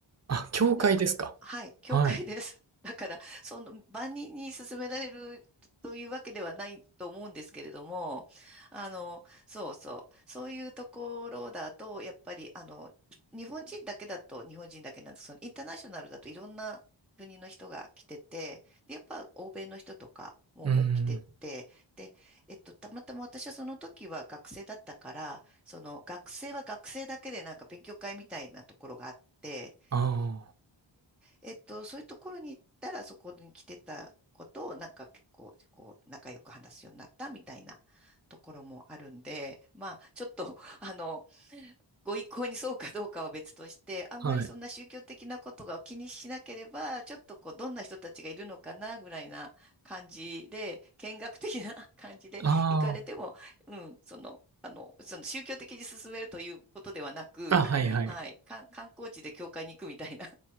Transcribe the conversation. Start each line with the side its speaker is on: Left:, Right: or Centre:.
Right: あ、教会ですか。
Centre: なんか、はい、教会です。
Right: はい。
Centre: <laughs> だから、その、万人に勧められるというわけではないと思うんですけれども、あの、そうそう、そういうところだと、やっぱり、あの、日本人だけだと日本人だけなんですけど、そのインターナショナルだといろんな国の人が来てて、で、やっぱ欧米の人とかも来てて、
Right: うん。
Centre: で、えっと、たまたま私はその時は学生だったから、その学生は学生だけでなんか勉強会みたいなところがあって、
Right: あ
Centre: えっと、そういうところに行ったら、そこに来てたことを、なんか結構、こう、仲良く話すようになったみたいなところもあるんで、まあ、ちょっと、<laughs> あの、ご意向にそうかどうかは別として、あんまりそんな宗教的なことが気にしなければ、
Right: あ。はい。
Centre: ちょっとこう、どんな人たちがいるのかな、ぐらいな感じで、見学的な <laughs> 感じで行かれても、
Right: ああ。
Centre: うん、その、あの、その宗教的に進めるということではなく、
Right: あ、
Centre: <laughs>
Right: はいはい。
Centre: はい、かん観光地で教会に行くみたいな